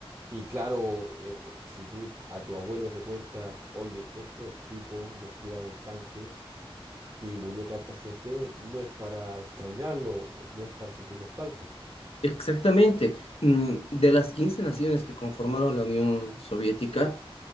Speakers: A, on the right (about 30°); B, on the left (about 75°).
A: Y claro, eh, eh, si tú a tu abuelo te cuenta, oye, estos tipos nos tiraron tanques y murió tanta gente, no es para extrañarlo, o no es para sentir nostalgia.
B: Exactamente. Mm, De las 15 naciones que conformaron la Unión Soviética,